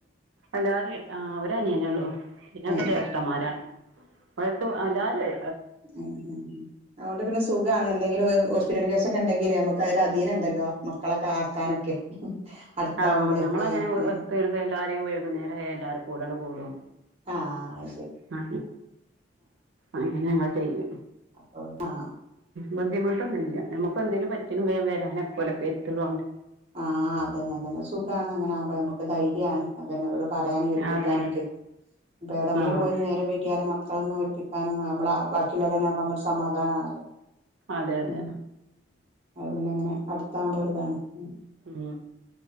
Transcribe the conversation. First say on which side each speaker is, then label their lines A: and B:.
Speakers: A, on the right; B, on the right.
A: എല്ലാരും ആ ഒരു അനിയന്നോള്ളൂ പിന്നൊക്കെ
B: ഏ
A: ജ്യേഷ്ഠന്മാരാണ് അവരക്ക് എല്ലാരും ഒരേ
B: ഉ അതുകൊണ്ട് പിന്നെ സുഖാണ് എന്തെങ്കിലും ഹോസ്പിറ്റൽ കേസൊക്കെ ക്കെ ഉണ്ടെങ്കിൽ നമുക്ക് ഒരു അധീനം ഉണ്ടല്ലോ മക്കളൊക്കെ ആക്കാനൊക്കെ അടുത്താവുമ്പോളേ
A: ആഹ ഞങ്ങൾങ്ങനെ
B: ല്ലേ ഉം
A: ഒത്തരുത് എല്ലാരെയും വൈകുന്നേരം ആയാൽ എല്ലാരും കൂടേയങ് കൂടും
B: ആഹ
A: ആ അങ്ങനെ ഞങ്ങൾ ചെയ്യ
B: അപ്പൊ ആഹ
A: ബുദ്ധിമുട്ടുന്നില്ല നമുക്ക് എന്തേങ്കും പറ്റിയ വേഗം വരാനോക്കെ ഓലൊക്കെ എടുത്തുള്ളൊണ്ട്
B: ആഹ് അതന്നെ അതന്നെ സുഖമാണ് അങ്ങനെകുമ്പോ നമുക്ക് ധൈര്യമാണ് അതന്നെ അവരോട് പറയാനും ഏൽപ്പിക്കാനൊക്കെ
A: അതന്നെ
B: ഇപ്പൊ എവിടെയെങ്കിലും
A: ആഹ്
B: പോയ നേരം വൈകിയാലോ മക്കളൊന്നും ഏലപ്പിക്കാൻ കാരണം നമ്മള ബാക്കിയുള്ളോർ ആകുമ്പോൾ നമുക്ക് ഒരു സമാധാനമാണല്ലോ
A: അതെ അതെ
B: ഉ പിന്നെ അങ്ങനെ അടുതാവുമ്പോ ഒരു ഇതാണ്
A: ഉ